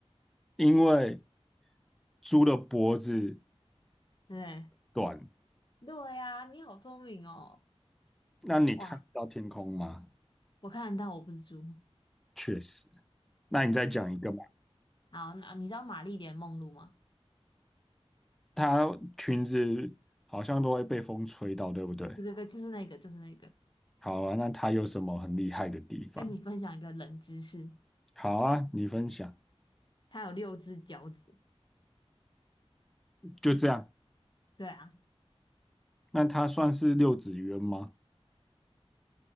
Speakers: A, in the centre; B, on the left (about 45°).
A: 因为猪的脖子
B: 对
A: 短，
B: 对呀、你好聪明哦！
A: 那你看不到天空吗？
B: 哇，我看得到，我不是猪。
A: 确实。那你再讲一个嘛，
B: 好，那你知道玛丽莲梦露吗？
A: 它裙子好像都会被风吹到，对不对？
B: 对对对，就是那个，就是那个。
A: 好啊，那它有什么很厉害的地方？
B: 跟你分享一个冷知识，
A: 好啊，你分享，
B: 它有六只脚趾。
A: 就这样。
B: 对啊，
A: 那它算是六子渊吗？